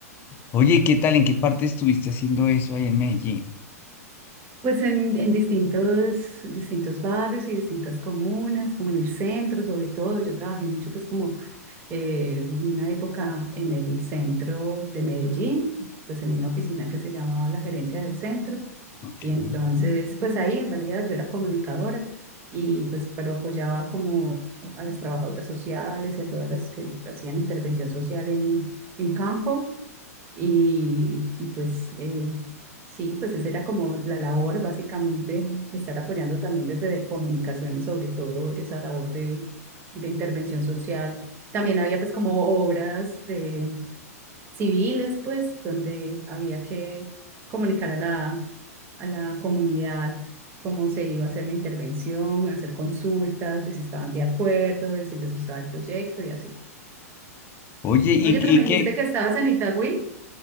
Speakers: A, on the left; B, on the right.
A: Oye, ¿y ¿qué tal? ¿En qué parte estuviste haciendo eso ahí en Medellín?
B: Pues en, en distintos, distintos barrios y distintas comunas, como en el centro sobre todo, yo trabajé mucho pues como eh, una época en el centro de Medellín, pues en una oficina que se llamaba la gerencia del centro.
A: Ok,
B: Y entonces,
A: ok.
B: pues ahí en realidad yo era comunicadora y pues, pero apoyaba como a las trabajadoras sociales y a todas las que hacían intervención social en, en campo. Y, y pues eh, sí, pues esa era como la labor básicamente, estar apoyando también desde comunicaciones, sobre todo esa labor de, de intervención social. También había pues como obras de civiles, pues, donde había que comunicar a la, a la comunidad cómo se iba a hacer la intervención, hacer consultas, de si estaban de acuerdo, de si les gustaba el proyecto y así.
A: Oye, ¿y,
B: Oye, pero
A: y
B: me
A: qué,
B: dijiste que estabas en Itagüí.